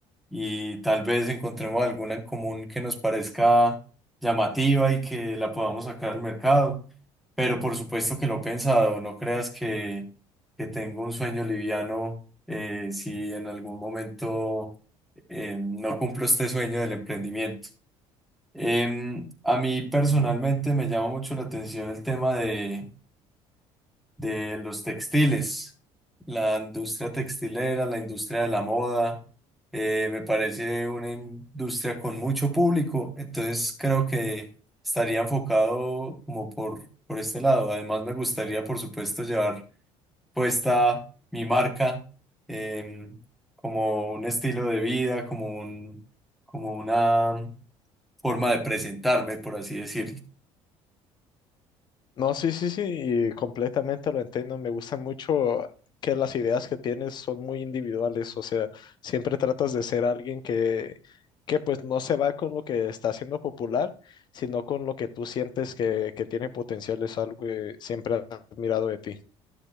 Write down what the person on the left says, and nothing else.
No, sí, sí, sí, y completamente lo entiendo. Me gusta mucho que las ideas que tienes son muy individuales, o sea, siempre tratas de ser alguien que, que pues no se va con lo que está haciendo popular, sino con lo que tú sientes que, que tiene potencial. Es algo que siempre he admirado de ti.